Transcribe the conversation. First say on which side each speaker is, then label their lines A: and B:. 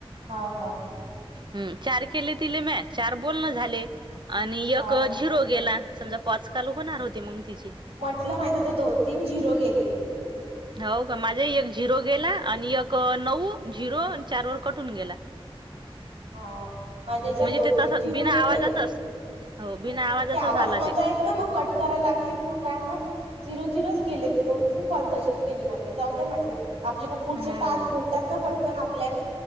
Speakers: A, on the right; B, on the right.
A: हो हो हो,
B: हम् चार केले तिले मॅ. चार बोलण झाले आणि
A: हाव
B: एक
A: हाव
B: झिरो गेला समजा पाचकाल होणार होती मग तिची.
A: म्हटलं माझे तर दोन तीन झिरो गेले.
B: हो का माझा एक झिरो
A: हाव
B: गेला आणि एक नऊ झिरो चार वर कटून गेला.
A: हो माझ्याच्यात
B: म्हणजे
A: दोन
B: ते तस
A: तीन झिरो
B: बिना
A: गेलेय.
B: आवाजाचाच हो बिना
A: हम्
B: आवाजाचा
A: हम ते आवाज
B: झाला
A: नव्हता
B: ते
A: येत ना मग कट करायला लागलीत मग काय मग. झिरो झिरोच गेले ते दोन तीन कॉल तसेच गेले माझे जाऊ द म्हटलं आपले मग. पुढचे
B: हम्म
A: टास्क भेटतात ना पटकन आपल्याला